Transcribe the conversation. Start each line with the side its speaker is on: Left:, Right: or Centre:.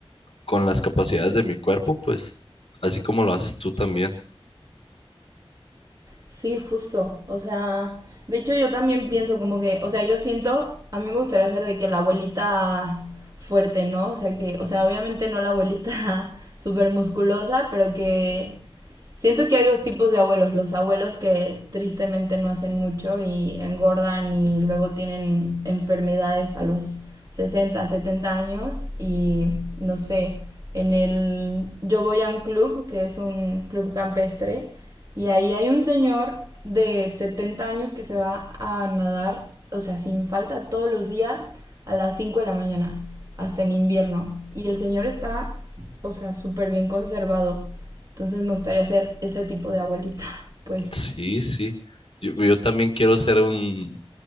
Left: con las capacidades de mi cuerpo, pues, así como lo haces tú también.
Right: Sí, justo. O sea, de hecho yo también pienso como que, o sea, yo siento, a mí me gustaría ser de que la abuelita fuerte, ¿no? O sea, que, o sea, obviamente no la abuelita <laughs> súper musculosa, pero que Siento que hay dos tipos de abuelos, los abuelos que tristemente no hacen mucho y engordan y luego tienen enfermedades a los 60 70 años y no sé, en el yo voy a un club que es un club campestre y ahí hay un señor de 70 años que se va a nadar, o sea, sin falta todos los días a las 5 de la mañana, hasta en invierno y el señor está, o sea, súper bien conservado. Entonces me gustaría ser ese tipo de abuelita, <laughs> pues.
Left: Sí, sí. Yo, yo también quiero ser un